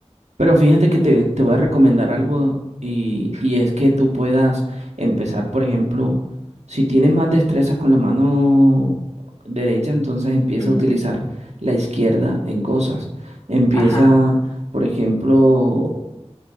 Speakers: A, on the right (about 85°); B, on the left (about 50°).
A: Pero fíjate que te, te voy a recomendar algo y, y es que tú puedas empezar, por ejemplo, si tienes más destrezas con la mano derecha, entonces empieza
B: <laughs> Ujú.
A: a utilizar la izquierda en cosas. Empieza,
B: Ajá.
A: por ejemplo,